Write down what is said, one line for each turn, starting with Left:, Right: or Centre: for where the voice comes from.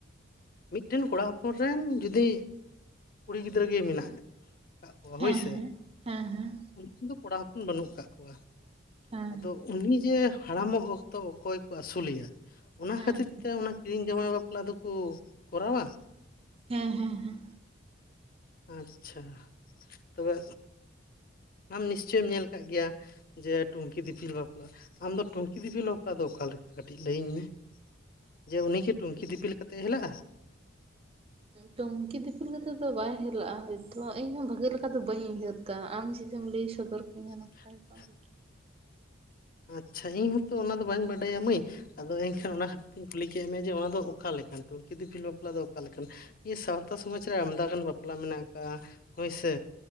Left: ᱢᱤᱫᱴᱮᱱ ᱠᱚᱲᱟ ᱦᱚᱯᱚᱱ ᱨᱮᱱ ᱡᱩᱫᱤ ᱠᱩᱲᱤ ᱜᱤᱫᱽᱨᱟᱹ ᱜᱮ ᱢᱮᱱᱟᱜ ᱠᱟᱜ ᱠᱚᱣᱟ
Right: ᱦᱮᱸ
Left: ᱦᱳᱭᱥᱮ,
Right: ᱦᱮᱸ ᱦᱮᱸ
Left: ᱩᱱᱠᱩ ᱫᱚ ᱠᱚᱲᱟ ᱦᱚᱯᱚᱱ ᱵᱟᱹᱱᱩᱜ ᱠᱟᱜ ᱠᱚᱣᱟ᱾
Right: ᱦᱮᱸ ᱦᱮᱸ
Left: ᱟᱫᱚ ᱩᱱᱤ ᱡᱮ ᱦᱟᱲᱟᱢᱚᱜ ᱚᱠᱛᱚ ᱚᱠᱚᱭ ᱠᱚ ᱟᱹᱥᱩᱞᱮᱭᱟ, ᱚᱱᱟ
Right: ᱦᱮᱸ
Left: ᱠᱷᱟᱹᱛᱤᱨ
Right: ᱦᱮᱸ
Left: ᱛᱮ ᱚᱱᱟ ᱠᱤᱨᱤᱧ ᱡᱟᱶᱟᱭ ᱵᱟᱯᱞᱟ ᱫᱚᱠᱚ ᱠᱚᱨᱟᱣᱟ?
Right: ᱦᱮᱸ ᱦᱮᱸ ᱦᱮᱸ᱾
Left: ᱟᱪᱪᱷᱟ ᱛᱚᱵᱮ ᱟᱢ ᱱᱤᱥᱪᱚᱭᱮᱢ ᱧᱮᱞ ᱟᱠᱟᱫ ᱜᱮᱭᱟ ᱡᱮ ᱴᱩᱝᱠᱤ ᱫᱤᱯᱤᱞ ᱵᱟᱯᱞᱟ? ᱟᱢᱫᱚ ᱴᱩᱝᱠᱤ ᱫᱤᱯᱤᱞ ᱵᱟᱯᱞᱟ ᱫᱚ ᱚᱠᱟ ᱞᱮᱠᱟ ᱠᱟᱹᱴᱤᱡ ᱞᱟᱹᱭᱟᱹᱧ ᱢᱮ᱾ ᱡᱮ ᱩᱱᱤ ᱠᱤ ᱴᱩᱝᱠᱤ ᱫᱤᱯᱤᱞ ᱠᱟᱛᱮᱫ ᱮ ᱦᱮᱞᱟᱜᱼᱟ? <inaudible>
Right: ᱴᱩᱝᱠᱤ ᱫᱤᱯᱤᱞ ᱠᱟᱛᱮᱫ ᱫᱚ ᱵᱟᱭ ᱦᱮᱞᱟᱜᱼᱟ ᱦᱳᱭᱛᱚ, ᱤᱧᱦᱚᱸ ᱵᱷᱟᱜᱮ ᱞᱮᱠᱟ ᱫᱚ ᱵᱟᱹᱧ ᱩᱭᱦᱟᱹᱨᱫᱟ ᱟᱢ ᱡᱩᱫᱤᱢ ᱞᱟᱹᱭ ᱥᱚᱫᱚᱨ
Left: <inaudible>
Right: ᱠᱤᱧᱟᱹ <inaudible>
Left: ᱟᱪᱪᱷᱟ ᱤᱧ ᱦᱚᱸᱛᱚ ᱚᱱᱟ ᱫᱚ ᱵᱟᱹᱧ ᱵᱟᱰᱟᱭᱟ ᱢᱟᱹᱭ᱾ ᱟᱫᱚ ᱮᱱᱠᱷᱟᱱ ᱚᱱᱟ ᱠᱷᱟᱹᱛᱤᱨ ᱛᱤᱧ ᱠᱩᱞᱤ ᱠᱮᱫ ᱢᱮᱭᱟ ᱡᱮ ᱚᱱᱟ ᱫᱚ ᱚᱠᱟ ᱞᱮᱠᱟᱱ ᱴᱩᱝᱠᱤ ᱫᱤᱯᱤᱞ ᱵᱟᱯᱞᱟ ᱫᱚ ᱚᱠᱟ ᱞᱮᱠᱟᱱ? ᱱᱤᱭᱟᱹ ᱥᱟᱶᱛᱟ ᱥᱚᱢᱟᱡᱽ ᱨᱮ ᱟᱢᱫᱟ ᱜᱟᱱ ᱵᱟᱯᱞᱟ ᱢᱮᱱᱟᱜ ᱠᱟᱜᱼᱟ ᱦᱳᱭᱥᱮ᱾